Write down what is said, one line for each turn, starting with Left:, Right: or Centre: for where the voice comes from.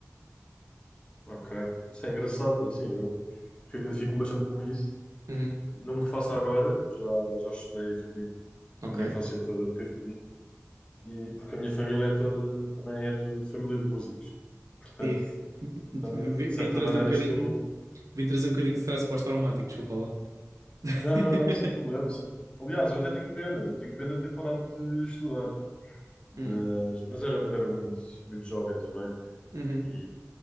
Left: ok. Isso é engraçado, assim, eu eu identifico-me bastante com isso.
Right: Uhum,
Left: Não que faça agora, já, já estudei violino,
Right: ok.
Left: a minha infância toda toquei violino, e porque a minha família é toda, também é tudo família de músicos, portanto,
Right: E v-
Left: também, de
Right: vim
Left: certa
Right: trazer
Left: maneira,
Right: um bocadinho
Left: estou.
Right: Vim trazer um bocadinho de stress pós-traumático, desculpa lá. <laughs>
Left: Não, não, não, sem problema. sem- Aliás, eu até tenho pena, eu tenho pena de ter parado de estudar, mas,
Right: Hum,
Left: mas era, era muito, muito jovem também,
Right: uhum,
Left: e,